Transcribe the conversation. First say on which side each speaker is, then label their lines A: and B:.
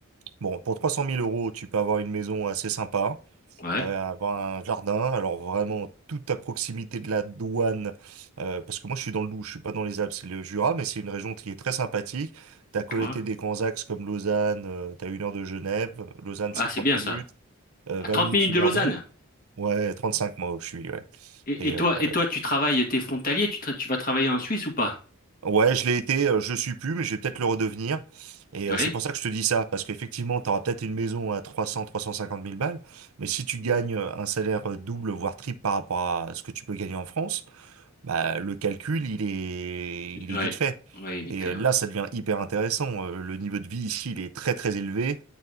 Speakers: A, on the right; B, on the left.
A: bon, pour trois cent mille euros, tu peux avoir une maison assez sympa.
B: Ouais,
A: à avoir un jardin, alors vraiment tout à proximité de la douane, euh, parce que moi je suis dans le Doubs, je suis pas dans les Alpes, c'est le Jura, mais c'est une région qui est très sympathique. T'as collecté
B: ouais.
A: des grands axes comme Lausanne, euh, t'as une heure de Genève, Lausanne
B: Ah,
A: c'est
B: c'est
A: 30
B: bien
A: minutes,
B: ça.
A: euh,
B: À
A: 20
B: trente
A: minutes
B: minutes
A: Yverdon,
B: de Lausanne.
A: ouais 35 moi où je suis, ouais.
B: Et,
A: Et
B: et toi,
A: euh,
B: et toi, tu travailles, t'es frontalier, tu, tra- tu vas travailler en Suisse ou pas?
A: ouais je l'ai été, euh, je suis plus, mais je vais peut-être le redevenir. Et
B: Ouais.
A: euh, c'est pour ça que je te dis ça, parce qu'effectivement t'auras peut-être une maison à trois cents, trois cent cinquante mille balles, mais si tu gagnes euh, un salaire euh, double voire triple par rapport à ce que tu peux gagner en France, bah, le calcul, il est, il
B: Ouais,
A: est vite fait.
B: ouais, vite
A: Et
B: fait,
A: euh,
B: ouais.
A: là, ça devient hyper intéressant. Euh, Le niveau de vie ici, il est très très élevé.